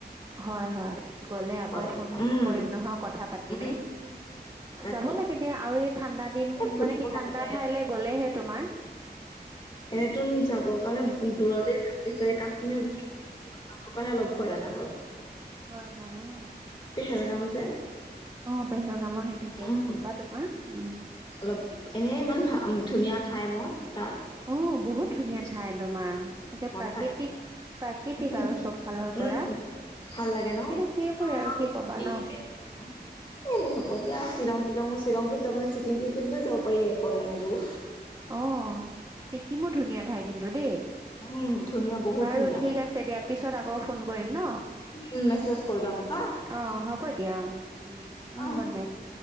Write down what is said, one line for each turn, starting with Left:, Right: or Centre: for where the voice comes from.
Right: হয় হয়। গলে আকৌ
Left: হয়
Right: ফোন
Left: উম
Right: কৰিম নহয় কথা পাতিমেই
Left: উম তাকে
Right: যাব লাগে দিয়া আৰু এই ঠাণ্ডা দিন
Left: এ ফুৰিব
Right: মানে কি ঠাণ্ডা
Left: লাগে
Right: ঠাইলে গ'লেহে তোমাৰ
Left: এনেতোন যাবৰ কাৰণে দূৰতে <inaudible> েছ কাশ্মীৰৰ বিশেষকে <inaudible> পৰাহে অলপ ভয় লগা হ'ল।
Right: হয় হয় উম।
Left: পেহেলগাম যে
Right: অ পেহেলগামৰ সেইটো কেচটো
Left: উম উম।
Right: পা তোমাৰ উম
Left: অলপ এনেই ইমান ভা উম ধুনীয়া ঠাই ন। তাত
Right: অ বহুত ধুনীয়া
Left: সঁচাখন
Right: ঠাই তোমাৰ একে প্ৰাকৃতিক।
Left: ঠাই
Right: প্ৰাকৃতিক
Left: উম
Right: আৰু চব ফালৰ
Left: উম
Right: পৰা।
Left: ভাল লাগে ন
Right: কিন্তু সেইবোৰে
Left: অ
Right: আৰু কি কবা ন
Left: <inaudible> এই হ'ব দিয়া শ্বিলং টিলংও শ্বিলংটোত যাবয়ে ছিকি্ম কিকিটো যাব পাৰি একোলেন এইবোৰ।
Right: অ' ছিকিমো ধুনীয়া ঠাই কিন্তু দেই।
Left: উম ধুনীয়া বহুত
Right: বাৰু
Left: ধুনীয়া
Right: ঠিক আছে দিয়া পিছত আকৌ ফোন কৰিম ন।
Left: উম মেছেজ কৰিবা মোক হা
Right: অ হ'ব দিয়া অ উম উম
Left: অ
Right: গুড নাইট।